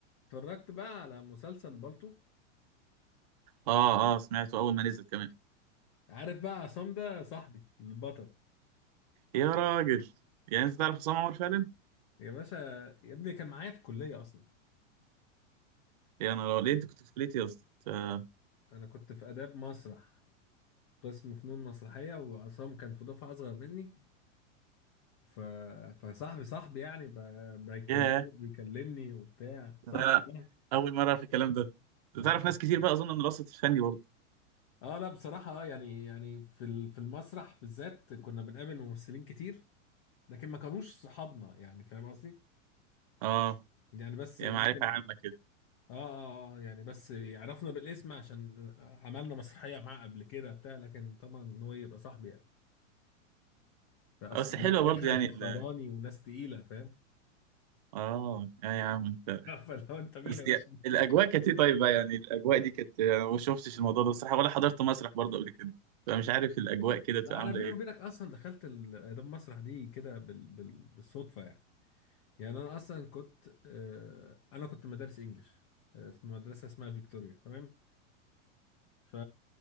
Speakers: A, on the left; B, on the right.
A: اتفرجت بقى على مسلسل بالطو
B: اه اه سمعته اول ما نزل كمان
A: عارف بقى عصام ده صاحبي البطل
B: يا راجل يعني انت تعرف عصام عمر فعلا
A: يا باشا يا ابني كان معايا في الكلية أصلا
B: يا انا ليه انت كنت في كليتي يا اسطى آه،
A: أنا كنت في آداب مسرح قسم فنون مسرحية وعصام كان في دفعة أصغر مني ف... فصاحبي صاحبي يعني ب... بيكلمني
B: ياه
A: وبيكلمني وبتاع صاحبي
B: لا لا،
A: صاحبي
B: اول مره اعرف الكلام ده
A: بس.
B: تعرف ناس كتير بقى اظن من الوسط الفني برضه
A: اه لا بصراحة اه يعني يعني في ال- في المسرح بالذات كنا بنقابل ممثلين كتير لكن ما كانوش صحابنا يعني فاهم قصدي؟
B: اه
A: يعني بس
B: يعني
A: ممكن
B: معرفه عامه كده
A: اه اه آه، يعني بس عرفنا بالاسم عشان عملنا مسرحية معاه قبل كده بتاع لكن طبعا إن هو يبقى صاحبي يعني فأصل
B: بس
A: كان
B: حلوه
A: بيبقى
B: برضه
A: يحيى
B: يعني
A: الفخراني
B: ال...
A: وناس تقيلة فاهم
B: اه يا يا عم انت
A: <laughs> فلو انت مين
B: بس
A: يا باشا
B: يا...
A: انت
B: الاجواء كانت ايه طيب بقى يعني الاجواء دي كانت انا ما شفتش الموضوع ده بصراحه ولا حضرت مسرح برضه قبل كده فمش عارف الاجواء كده
A: لا
B: بتبقى عامله
A: انا بيني
B: ايه
A: وبينك اصلا دخلت ال- ده المسرح دي كده بال... بال... بالصدفة يعني يعني انا اصلا كنت آه انا كنت مدارس انجليش آه، في مدرسة اسمها فيكتوريا تمام ف